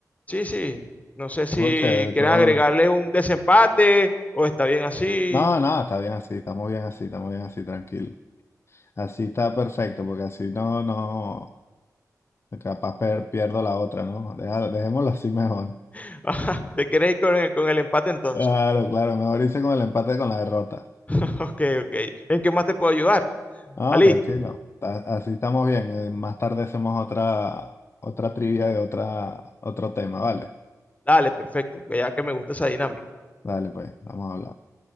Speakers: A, on the left (about 20°); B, on the left (about 40°).
A: sí, sí, no sé
B: Estuvo
A: si
B: chévere, estuvo...
A: quieres agregarle un desempate o está bien así,
B: No, no, está bien así, estamos bien así, estamos bien así, tranquilo. Así está perfecto, porque así no, no, capaz per- pierdo la otra, ¿no? Déjalo- dejémoslo así mejor.
A: <laughs> Ajá, te quieres ir con el, con el empate entonces,
B: Claro, claro, mejor hice con el empate que con la derrota.
A: <laughs> ok, ok, ¿en qué más te puedo ayudar?
B: No,
A: Ali,
B: tranquilo, ta- así estamos bien. eh, Más tarde hacemos otra, otra trivia de otra, otro tema, ¿vale?
A: dale, perfecto, que ya que me gusta esa dinámica.
B: Dale, pues, vamos hablando.